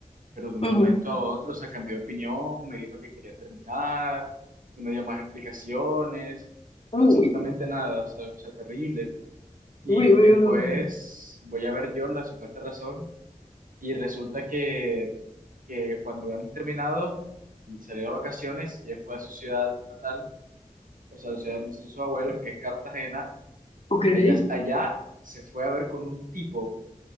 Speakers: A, on the right; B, on the left.
A: pero de un
B: ujú.
A: momento a otro, o sea, cambió de opinión, me dijo que quería terminar, no me dio más explicaciones,
B: Uy,
A: absolutamente nada, o sea, o sea, terrible. Y
B: uy, uy,
A: después
B: uy.
A: voy a ver yo la supuesta razón y resulta que, que cuando habíamos terminado y salió a vacaciones y él fue a su ciudad natal, o sea, la ciudad de sus abuelos, que es Cartagena,
B: Ok. ¿Qué?
A: allá, allá se fue a ver con un tipo